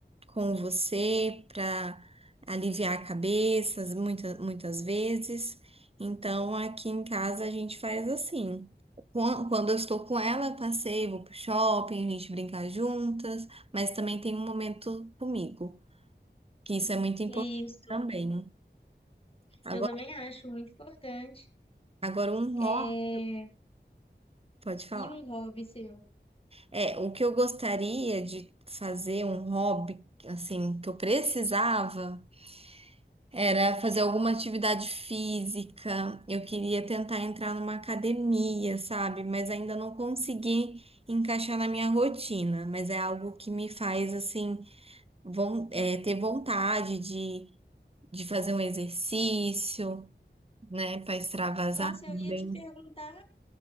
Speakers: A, on the right; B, on the left.
A: com você para aliviar a cabeça muitas, muitas vezes. Então, aqui em casa a gente faz assim. Quan- Quando eu estou com ela, eu passeio, vou pro shopping, a gente brinca juntas, mas também tem um momento comigo, que isso é muito importante
B: Isso.
A: também. Agora,
B: Eu também acho muito importante.
A: agora um
B: É...
A: hobby, pode falar.
B: E um hobby seu?
A: É, o que eu gostaria de fazer, um hobby, assim, que eu precisava. Era fazer alguma atividade física. Eu queria tentar entrar numa academia, sabe? Mas ainda não consegui encaixar na minha rotina. Mas é algo que me faz, assim, von- é, ter vontade de, de fazer um exercício, né? Para extravasar
B: Nossa, eu
A: também.
B: ia te perguntar